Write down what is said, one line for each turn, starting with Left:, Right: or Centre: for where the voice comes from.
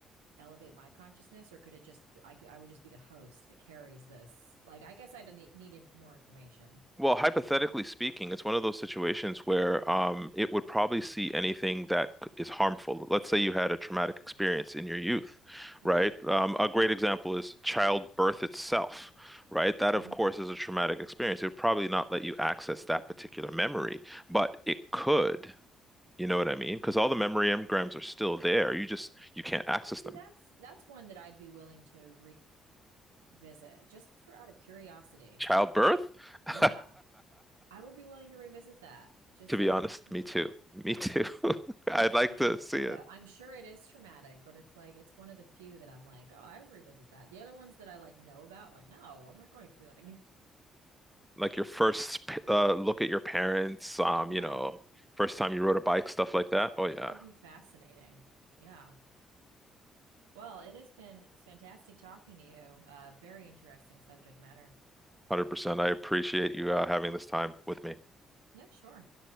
Right: elevate my consciousness or could it just, I could, I would just be the host that carries this? Like, I guess I'd need, need inf more information.
Centre: Well, hypothetically speaking, it's one of those situations where um, it would probably see anything that c- is harmful. Let's say you had a traumatic experience in your youth,
Right: Yeah.
Centre: right? Um, a great example is childbirth itself, right? That,
Right: Mhm.
Centre: of course, is a traumatic experience. It would probably not let you access that particular memory, but it could. You know what I mean? Because all the memory engrams are still there. You just you can't access
Right: Well, see,
Centre: them.
Right: that's, that's one that I'd be willing to revisit just for out of curiosity.
Centre: Childbirth? <laughs>
Right: Yeah. I would be willing to revisit that just
Centre: To be
Right: out
Centre: honest,
Right: of curiosity.
Centre: me too. Me too. <laughs> I'd
Right: That's
Centre: like
Right: one
Centre: to
Right: of the
Centre: see
Right: few
Centre: it.
Right: though. I'm sure it is traumatic, but it's like it's one of the few that I'm like, oh, I would revisit that. The other ones that I like know about, like, no, I'm not going through that again. <laughs>
Centre: like your first uh, look at your parents, um,
Right: Yeah,
Centre: you know, first time you rode a bike, stuff like that. Oh yeah,
Right: that would be fascinating. Yeah. Well, it has been fantastic talking to you. Uh, very interesting subject matter.
Centre: 100%. I appreciate you uh, having this time with me.
Right: Yeah, sure.